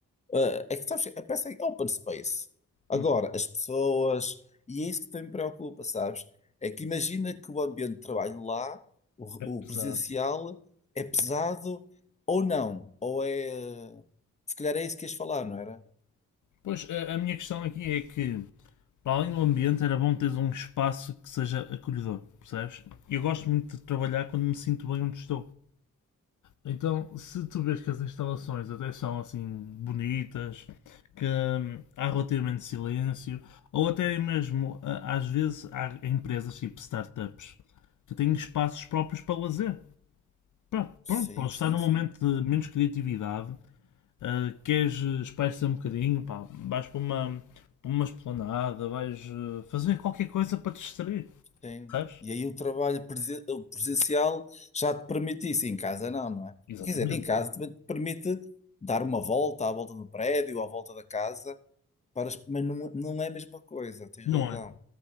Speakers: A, on the left; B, on the left.
A: eh, é que sabes, que- parece que é open space. Agora,
B: Uhum.
A: as pessoas. E é isso que também me preocupa, sabes? É que imagina que o ambiente de trabalho lá, o,
B: É pesado.
A: o presencial, é pesado ou não. Ou é. eh, Se calhar é isso que ias falar, não era?
B: Pois, a, a minha questão aqui é que para além do ambiente, era bom teres um espaço que seja acolhedor, percebes? Eu gosto muito de trabalhar quando me sinto bem onde estou. Então, se tu vês que as instalações até são assim bonitas, que hum, há relativamente silêncio, ou até mesmo às vezes há empresas tipo startups que têm espaços próprios para lazer. Pá,
A: Sim,
B: Pronto, podes
A: sim,
B: estar num
A: sim.
B: momento de menos criatividade ah, queres espairecer um bocadinho, pá, vais para uma, para uma esplanada, vais ah, fazer qualquer coisa para te distrair,
A: Sim.
B: sabes?
A: E aí o trabalho presen- o presencial já te permite isso, em casa não, não é?
B: Exatamente.
A: Quer dizer, em casa também te permite dar uma volta à volta do prédio, à volta da casa, para, as- mas não, não é a mesma coisa, tens
B: Não
A: razão.
B: é?